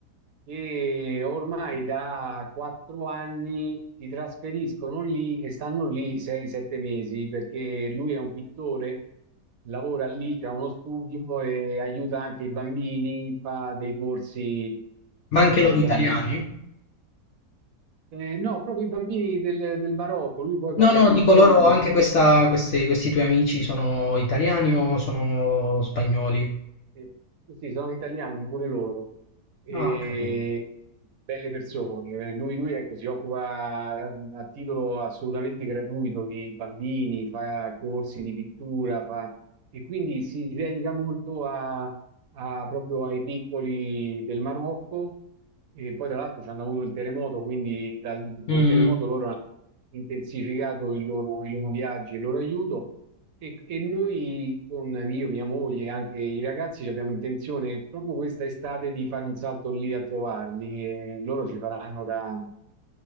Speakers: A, on the right (about 65°); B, on the left (about 65°).
A: e ormai da quattro anni si trasferiscono lì e stanno lì 6-7 mesi, perché lui è un pittore, lavora lì, ha uno studio e aiuta anche i bambini, fa dei corsi
B: Ma anche
A: eh,
B: loro
A: da-
B: italiani?
A: Ehm, no, proprio i bambini del del Marocco, lui poi parla
B: No, no,
A: più
B: dico
A: lingue,
B: loro anche questa, questi, questi tuoi amici sono italiani o sono spagnoli?
A: Sì, sì, sì, sono italiani pure loro. E
B: Ah, ho capito.
A: belle persone. Eh, Lui, lui, ecco, si occupa a, a titolo assolutamente gratuito di bambini, fa corsi di pittura, fa... e quindi si dedica molto a, a- proprio ai piccoli del Marocco. E poi, tra l'altro, ci hanno avuto il terremoto, quindi dal- col
B: Mm,
A: terremoto loro hanno intensificato il loro- i loro viaggi e il loro aiuto. E, e noi con io, mia moglie e anche i ragazzi ci abbiamo intenzione proprio questa estate di fare un salto lì a trovarli. E loro ci faranno da,